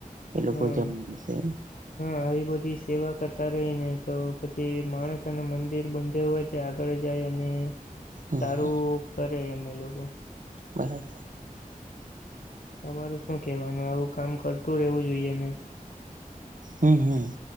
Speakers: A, on the right; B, on the left.
A: એ લોકો
B: હા
A: જમશે.
B: હા, આવી બધી સેવા કરતા રહી ને તો પછી માણસ અને મંદિર બાંધવા જ. આગળ જાય, અને
A: હમ
B: સારું કરે એમ એ લોકો.
A: બરાબર.
B: તમારું શું કહેવાનું, આવું કામ કરતું રહેવું જોઈએ ને?
A: હમ, હમ.